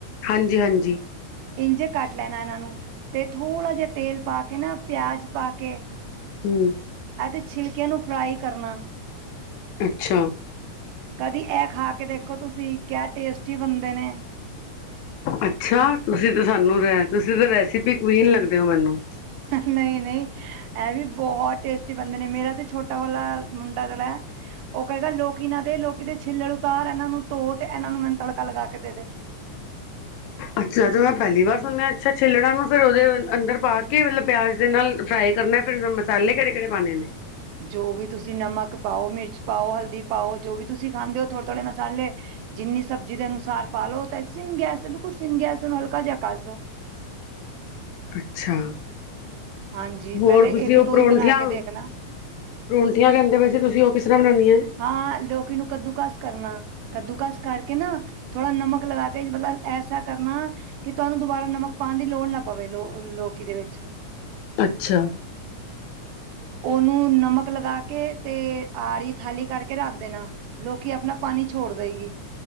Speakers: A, on the left (about 80°); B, on the right (about 85°).
A: ਹਾਂਜੀ ਹਾਂਜੀ।
B: ਇੰਝ ਕੱਟ ਲੈਣਾ ਇਹਨਾਂ ਨੂੰ। ਤੇ ਥੋੜ੍ਹਾ ਜਾ ਤੇਲ ਪਾ ਕੇ ਨਾ ਪਿਆਜ ਪਾ ਕੇ।
A: ਹੂੰ।
B: ਐਦੇ ਛਿਲਕਿਆਂ ਨੂੰ ਫਰਾਈ ਕਰਨਾ।
A: ਅੱਛਾ।
B: ਕਦੀ ਐ ਖਾ ਕੇ ਦੇਖੋ ਤੁਸੀਂ ਕਿਆ ਟੇਸਟੀ ਬਣਦੇ ਨੇ।
A: ਅੱਛਾ ਤੁਸੀਂ ਤਾਂ ਸਾਨੂੰ ਰੱਸੀ ਭੀ ਨਹੀਂ ਲੱਗਦੇ ਮੈਨੂੰ
B: ਨਹੀਂ-ਨਹੀਂ ਇਹ ਵੀ ਬਹੁਤ ਟੇਸਟੀ ਬੰਦਾ ਨੇ ਮੇਰਾ ਤੇ ਛੋਟਾ ਵਾਲਾ ਮੁੰਡਾ ਜਿਹੜਾ। ਉਹ ਕਹੂਗਾ ਲੋਕੀ ਇਹਨਾਂ ਦੇ ਛਿੱਲੜ ਲਾਹ ਇਹਨਾਂ ਨੂੰ ਧੋ ਤੇ ਇਹਨਾਂ ਨੂੰ ਮੈਂ ਤੜਕਾ ਲਾ ਕੇ ਦੇ ਦੂੰ।
A: ਅੱਛਾ ਤੇ ਮੈਂ ਪਹਿਲੀ ਵਾਰ ਸੁਣਿਆ ਅੱਛਾ ਛਿੱਲੜਾਂ ਨੂੰ ਫੇਰ ਉਹਦੇ ਅੰਦਰ ਪਾ ਕੇ ਮਤਲਬ ਪਿਆਜ਼ ਦੇ ਨਾਲ ਫਰਾਈ ਕਰਨਾ। ਫੇਰ ਮਸਾਲੇ ਜਿਹੜੇ ਕਿਹੜੇ ਪਾਉਣੇ ਨੇ।
B: ਜੋ ਵੀ ਤੁਸੀਂ ਨਮਕ ਪਾਓ, ਮਿਰਚ ਪਾਓ, ਹਲਦੀ ਪਾਓ ਜੋ ਵੀ ਤੁਸੀਂ ਖਾਂਦੇ ਹੋ ਥੋੜ੍ਹੇ-ਥੋੜ੍ਹੇ ਮਸਾਲੇ। ਜਿੰਨੀ ਸਬਜ਼ੀ ਦੇ ਹਿਸਾਬ ਨਾਲ ਪਾ ਲਓ ਤਾਂ ਗੈਸ ਬਿਲਕੁਲ ਸਿੰਮ ਤੇ ਉਹਨੂੰ ਹਲਕਾ ਜਿਹਾ ਘੋਟ ਦਿਓ।
A: ਅੱਛਾ
B: ਹਾਂਜੀ
A: ਹੋਰ
B: ਪਹਿਲੇ
A: ਤੁਸੀਂ
B: ਇੱਕ
A: ਉਹ
B: ਦੋ
A: ਪਰੌਂਠਿਆਂ
B: ਹੀ ਬਣਾ ਕੇ ਦੇਖਣਾ
A: ਨਾਲੋਂ। ਪਰੌਂਠਿਆਂ ਨੂੰ ਕਹਿੰਦੇ ਜੇ ਤੁਸੀਂ ਕਿਸ ਤਰ੍ਹਾਂ ਬਣਾਉਂਦੇ ਹੋ।
B: ਹਾਂ ਲੌਕੀ ਨੂੰ ਕੱਦੂਕਸ ਕਰਨਾ। ਕੱਦੂਕਸ ਕਰਕੇ ਨਾ ਥੋੜ੍ਹਾ ਜਿਹਾ ਨਮਕ ਲਾ ਕੇ ਮਤਲਬ ਐਦਾਂ ਕਰਨਾ। ਕਿ ਤੁਹਾਨੂੰ ਦੁਬਾਰਾ ਨਮਕ ਪਾਉਣ ਦੀ ਲੋੜ ਨਾ ਪਵੇ ਲੌਕੀ ਦੇ ਵਿੱਚ।
A: ਅੱਛਾ।
B: ਉਹਨੂੰ ਨਮਕ ਲਾ ਕੇ ਅਤੇ। ਅੱਡ ਥਾਲੀ 'ਚ ਕਰਕੇ ਰੱਖ ਦੇਣਾ, ਲੌਕੀ ਆਪਣਾ ਪਾਣੀ ਛੱਡ ਦੇਏਗੀ।